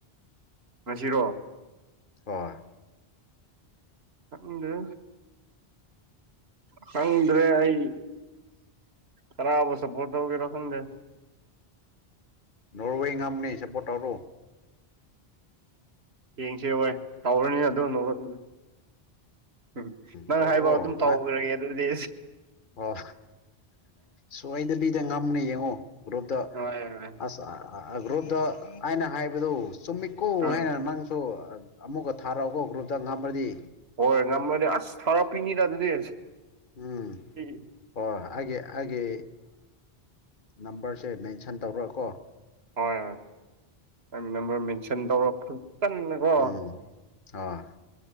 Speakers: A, on the right; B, on the left.
A: ꯉꯁꯤꯔꯣ
B: ꯍ‌ꫭꯏ
A: ꯈꯪꯗ꯭ꯔꯦ ꯈꯪꯗ꯭ꯔꯦ ꯑꯩ ꯀꯅꯥꯕꯨ ꯁꯄꯣꯠ ꯇꯧꯗ‌ꫭꯏꯅ‌ꫭ ꯈꯪꯗꯦ
B: ꯅꯣꯔꯋꯦ ꯉꯝꯅꯦ ꯁꯄ‌ꫭꯠ ꯇꯧꯔꯣ
A: ꯌꯦꯡꯁꯦ ꯍꯣꯏ ꯇꯧꯔꯅꯤꯅ ꯑꯗꯨ <unintelligible> ꯎꯝ ꯅꯪ
B: ꯇꯧꯔꯣ
A: ꯍꯥꯏꯕꯥꯎ ꯑꯗꯨꯝ ꯇꯧꯈ꯭ꯔꯒꯦ
B: ꯑ
A: ꯑꯗꯨꯗꯤ
B: ꯑꯣ ꯁꯣꯏꯗꯕꯤꯗ ꯉꯝꯅꯦ ꯌꯦꯡꯉꯣ ꯒ꯭ꯔꯨꯞꯇ
A: ꯍꯣꯏ ꯍꯣꯏ
B: ꯑꯁ ꯒ꯭ꯔꯨꯞꯇ ꯑꯩꯅ ꯍꯥꯏꯕꯗꯨ ꯆꯨꯝꯃꯤꯠꯀꯣ
A: ꯎꯝ
B: ꯍꯥꯏꯅ ꯅꯪꯁꯨ ꯑꯃꯨꯛꯀ ꯊꯥꯔꯛꯑꯣꯀꯣ ꯒ꯭ꯔꯨꯞꯇ ꯉꯃ꯭ꯔꯗꯤ
A: ꯍꯣꯏ ꯉꯝꯃꯗꯤ ꯑꯁ ꯊꯧꯔꯛꯄꯤꯅꯤꯗ ꯑꯗꯨꯗꯤ
B: ꯎꯝ꯫
A: ꯍꯣꯏ
B: ꯍꯣꯏꯣꯏ ꯑꯩꯒꯤ ꯑꯩꯒꯤ ꯅꯝꯕꯔꯁꯦ ꯃꯦꯟꯁꯟ ꯇꯧꯔꯑꯣꯀꯣ꯫
A: ꯍꯣꯏ ꯍꯣꯏ ꯅꯝꯕꯔ ꯃꯦꯟꯁꯟ ꯇꯧꯔ ꯐꯖꯅ ꯑꯣ
B: ꯎꯝ ꯑꯥ